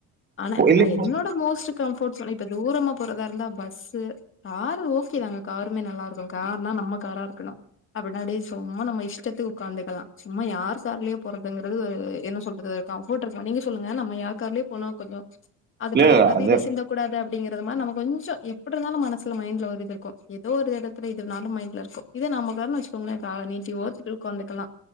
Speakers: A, on the left; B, on the right.
A: ஆனா
B: இப்போ
A: நா
B: இல்லைங்க
A: என்னோட மோஸ்ட் கம்ஃபோர்ட் ஜோனே இப்ப தூரமா போர ருந்தா பஸ்சு காரு ஓகே தாங்க காருமே நல்லா இருக்கோ கார்னா நம்ம காரா இருக்கணோ அப்பனாதே சு ம்மா நம்ம இஷ்டத்துக் உக்காந்துக்கலா சும்மா யார் கார்லயோ போறதுங்கறது எ என்ன சொல்றது கம்ஃபோர்ட் இருக்கா நீங்க சொல்லுங்க நம்ம யார் கார்லயோ போனா கொஞ்சோ அது
B: இல்ல
A: படக்
B: இல்ல,
A: கூடாது
B: அது
A: இது சிந்தக் கூடாது அப் டிங்கிறது மாரி நம்ம கொஞ்சோ எப்டிருந்தாலோ மனசுல மைண்ட்ல ஒரு இது இருக்கோ ஏதோ ஒரு எடத்துல இதுனாலோ மைண்ட்ல இருக்கோ இதே நம்ம கார்னு வெச்சுக்கோங்களே கால நீட்டி ஓத்துக்களு உக்காந்துக்கலா